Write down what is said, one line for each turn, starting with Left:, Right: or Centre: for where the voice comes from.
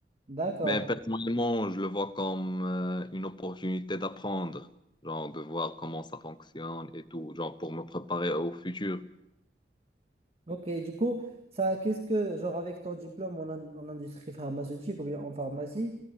Right: D'accord.
Left: Mais personnellement, je le vois comme euh, une opportunité d'apprendre, genre de voir comment ça fonctionne et tout, genre pour me préparer au futur.
Right: Ok, du coup, ça, qu'est-ce que, genre, avec ton diplôme en, in- en industrie pharmaceutique ou bien en pharmacie,